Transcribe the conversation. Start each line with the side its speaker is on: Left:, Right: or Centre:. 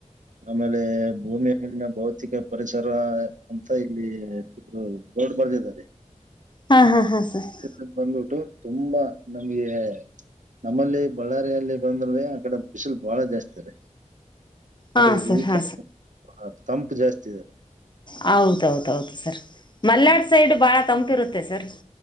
Right: ಆಮೇಲೆ ಭೂಮಿಯ ಮೇಲಿನ ಭೌತಿಕ ಪರಿಸರ ಅಂತ ಇಲ್ಲಿ ಹ್ಮ <unintelligible>
Left: ಹಾ ಹಾ ಹ ಸರ್ <inaudible>
Right: ನೆನಪ ಬಂದ್ಬಿಟ್ಟು ತುಂಬಾ ನಮ್ಗೆ? <inaudible> ನಮ್ಮಲ್ಲಿ ಬಳ್ಳಾರಿಯಲ್ಲಿ ಬಂದರ ರಿ ಆ ಕಡೆ ಬಿಸಿಲು ಬಾಳ ಜಾಸ್ತಿ ರಿ. <inaudible> ಬಟ್
Left: ಹಾ ಸರ್
Right: ಈ
Left: ಹಾ
Right: ಕಡೆ ತಂಪು ಜಾಸ್ತಿ ಇದ ರಿ <inaudible>
Left: ಹೌದ ಹೌದ ಹೌದು ಸರ್ ಮಲ್ನಾಡ್
Right: ಹ್ಮ್
Left: ಸೈಡ್ ಬಾಳ ತಂಪಿರುತ್ತೆ ಸರ್. <inaudible>